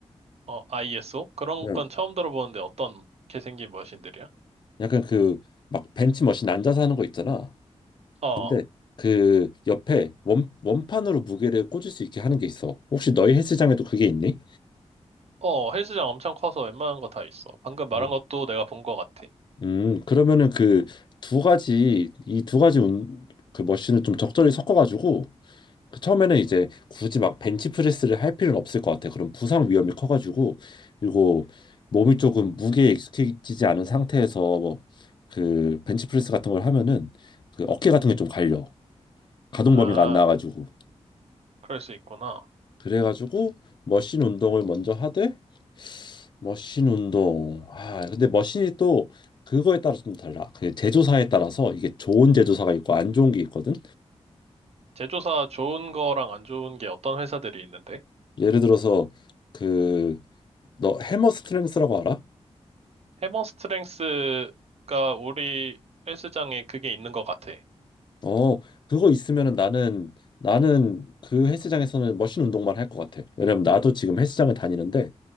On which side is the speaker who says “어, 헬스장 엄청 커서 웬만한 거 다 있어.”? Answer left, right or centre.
Right